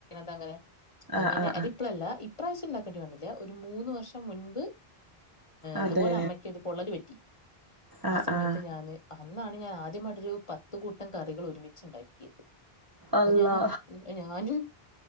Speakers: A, on the left (about 35°); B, on the right (about 30°).
A: അങ്ങനെ
B: ആഹ്
A: അങ്ങനെ
B: ആഹ്
A: അതിപ്പളല്ല
B: ആഹ്
A: ഇപ്രാവശ്യം ഇണ്ടാക്കേണ്ടി വന്നില്ല ഒര് മൂന്ന് വർഷം മുൻമ്പ്
B: അതെ
A: ഇതുപോലെ അമ്മക്ക് ഒര് പൊള്ളല് പറ്റി
B: ആഹ്
A: ആ സമയത്ത്
B: ആഹ്
A: ഞാന് അന്നാണ് ഞാന് ആദ്യമായിട്ടൊരു പത്ത് കൂട്ടം കറികള് ഒരുമിച്ച്ണ്ടാക്കിയത്
B: അള്ളാ
A: ഇത് ഞാന് ഒ ഞാനും